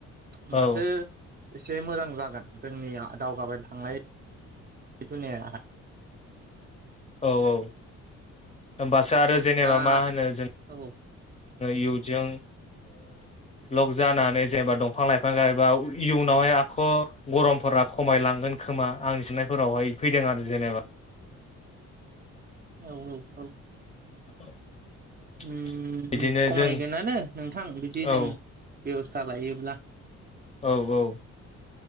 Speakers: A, on the right; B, on the left.
A: होमबासो
B: औ
A: एसे मोजां जागोन जोंनि दावगाबाय थांनाय <unintelligible>
B: औ औ होनबासो आरो जेनेबा
A: दा
B: मा होनो जों
A: औ
B: इउनजों लक जानानै जेनेबा दंफां लाइफां गायोबा इयुनावहाय आख' गरमफोर रा खमायलांगोन खोमा आंनि साननायफोरावहाय फैदों आरो जेनेबा
A: औ औ औ
B: <inaudible>
A: ओम
B: बिदिनो
A: खमायगोनानो
B: जों
A: नोंथां बिदि
B: औ
A: जों बेबस्था लायोब्ला
B: औ औ